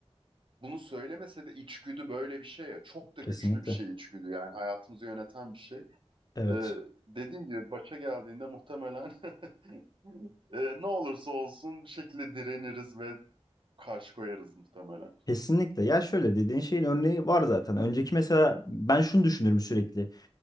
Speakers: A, on the right; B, on the left.
A: bunu söylemese de içgüdü böyle bir şey ya. Çok da
B: Kesinlikle.
A: güçlü bir şey içgüdü yani hayatımızı yöneten bir şey.
B: Evet.
A: Ee, dediğim gibi başa geldiğinde muhtemelen <laughs> Ee, ne olursa olsun bir şekilde direniriz ve karşı koyarız muhtemelen.
B: Kesinlikle. Ya şöyle dediğin şeyin örneği var zaten. Önceki mesela ben şunu düşünürüm sürekli.